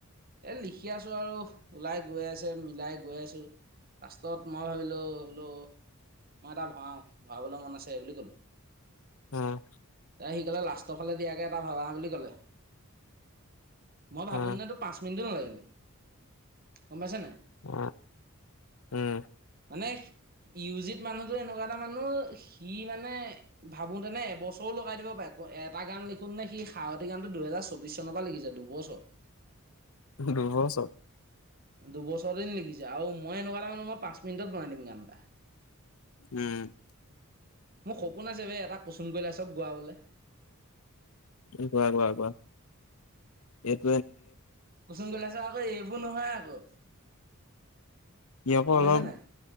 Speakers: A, on the right (about 45°); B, on the left (about 75°).
A: এই লিখি আছো আৰু ওলাই গৈ আছে মিলাই গৈ আছো লাষ্টত মই ভাবিলোঁ বোলো মই এটা ভৰাওঁ ভৰাবলৈ মন আছে বুলি ক'লো।
B: উম
A: এ সি' কলে লাষ্টৰ ফে দিয়াকে এটা ভবা বুলি কলে মই
B: অ
A: ভাবো নে তো পাঁচ মিনিটো নালাগে গম পাইছা নাই।
B: অ উম
A: মানে ইউ জিত মানুহটোও এনেকুৱা এটা মানুহ সি মানে ভাবোতেনে এবছৰো লগাই দিব পাৰে এটা গান লিখোন নে সি সাৱতি গানটো দুহেজাৰ চৌবিশ চনৰ পৰা লিখি যায় দুবছৰ।
B: দুবছৰ।
A: দুবছৰ দিন লিখিছে আৰু মই এনেকুৱা এটা মানুহ মই পাঁচ মিনিটত বনাই দিম গান এটা।
B: উম
A: মোৰ সপোন আছে বে এটা কুসুম কৈলাসক গোৱাবলে।
B: গুৱা গোৱা গুৱা
A: কুচুম কৈলাস আকৌ এইবোৰ নহয় আকৌ
B: ইয়াকো
A: গম
B: অলপ
A: পাইছা নাই